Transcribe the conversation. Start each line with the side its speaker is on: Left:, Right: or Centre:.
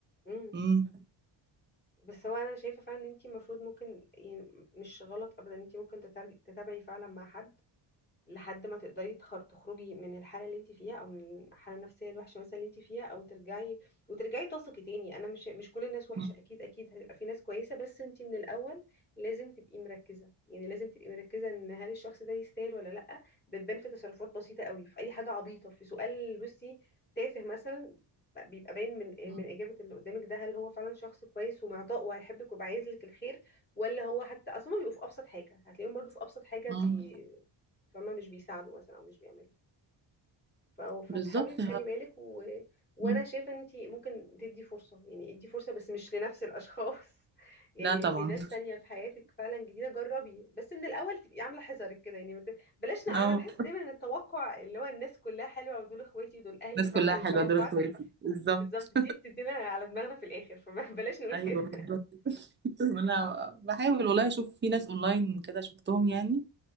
Left: امم
Right: مم.
Left: بس هو انا شايفه فعلا ان انتي المفروض ممكن يعني مش غلط ابدا ان انتي ممكن تتر- تتابعي فعلا مع حد لحد ما تقدري تخر- تخرجي من الحاله اللي انت فيها او من الحاله النفسيه الوحشه مثلا اللي انت فيها او ترجعي وترجعي تثقي تاني انا مش مش كل الناس وحشه
Right: مم.
Left: اكيد اكيد هيبقى في ناس كويسه بس انت من الاول لازم تبقي مركزه يعني لازم تبقي مركزه ان هل الشخص ده يستاهل ولا لا بتبان في تصرفات بسيطه قوي في اي حاجه عبيطه في سؤال بصي تافه مثلا بيبقى باين من
Right: مم.
Left: من اجابه اللي قدامك ده هل هو فعلا شخص كويس ومعطاء وهيحبك وبيبقى عايز لك الخير ولا هو حتى اصلا بيبقوا في ابسط حاجه هتلاقيهم برضو في ابسط حاجه
Right: مم.
Left: بي فما مش بيساعدوا مثلا او مش بيعملوا ف- فتحاولي
Right: بالظبط
Left: تخلي بالك و... وانا
Right: مم.
Left: شايفه ان انت ممكن تدي فرصه يعني ادي فرصه بس مش لنفس الاشخاص <laughs> يعني
Right: لا طبعا
Left: لناس تانية في حياتك فعلا جديده جربي بس من الاول تبقي عامله حذرك كده يعني مت... بلاش ن-
Right: أو
Left: انا بحس دايما ان التوقع اللي هو الناس كلها حلوه ودول اخواتي ودول اهلي
Right: الناس
Left: فاهمه
Right: كلها
Left: التوقعات
Right: حلوة دول اخواتي
Left: ال...
Right: بالظبط
Left: بالظبط دي بتدينا على دماغنا في الاخر فبلاش <laughs> نقول
Right: ايوه
Left: كده
Right: بالظبط <laughs> وانا بحاول والله اشوف في ناس اونلاين كده شفتهم يعني